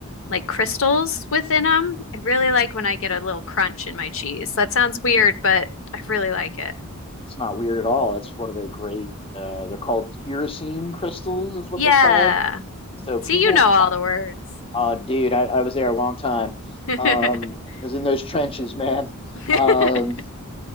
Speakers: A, on the left; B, on the left.
A: like crystals within them. I really like when I get a little crunch in my cheese. That sounds weird, but I really like it.
B: it's not weird at all. It's one of the great. Uh, they're called tyrosine crystals, is what
A: Yeah.
B: they're called. So people
A: See, you know all the words.
B: Oh, dude, I, I was there a long time.
A: <laughs>
B: Um, I was in those trenches, <laughs> man.
A: <laughs>
B: Um,